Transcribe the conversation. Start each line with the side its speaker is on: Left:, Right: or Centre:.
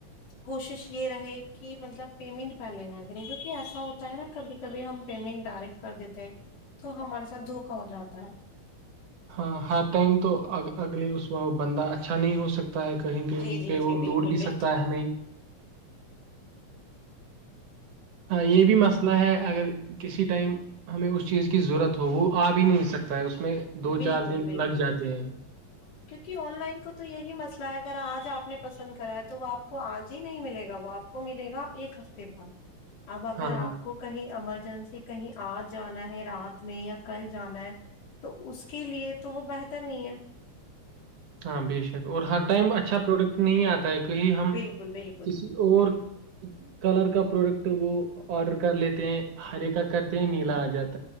Left: کوشش یہ رہے کہ مطلب پیمنٹ پہلے نہ کرے کیونکہ ایسا ہوتا ہے نا کبھی کبھی ہم پیمنٹ ڈائریکٹ کر دیتے ہیں تو ہمارے ساتھ دھوکا ہو جاتا ہے
Right: ہاں ہر ٹائم تو اگلے اس و بندہ اچھا نہیں ہو سکتا ہے کہیں کہیں
Left: جی جی
Right: پہ
Left: جی
Right: وہ لوٹ
Left: بالکل
Right: بھی
Left: بالکل
Right: سکتا ہے ہمیں ہاں
Left: جی
Right: یہ بھی مسئلہ ہے اگر کسی ٹائم ہمیں اس چیز کی ضرورت ہو وہ آ بھی نہیں سکتا ہے اس میں دو
Left: بالکل
Right: چار دن لگ جاتے ہیں
Left: کہ آن لائن کو تو یہی مسئلہ ہے اگر آج آپ نے پسند کرا ہے تو وہ آپ کو آج ہی نہیں ملے گا وہ آپ کو ملے گا ایک ہفتے بعد اب اگر
Right: ہاں
Left: آپ کو کہیں امر جنسی کہیں آ جانا ہے رات میں یا کل جانا ہے تو اس کے لیے تو وہ بہتر نہیں ہے
Right: ہاں بے شک اور ہر ائم اچھا پروڈکٹ نہیں آتا ہے کہیں ہم
Left: بالکل بالکل
Right: کسی اور کلر کا پروڈکٹ تو وہ آرڈر کر لیتے ہیں ہرے کا کرتے ہیں نیلا آزاد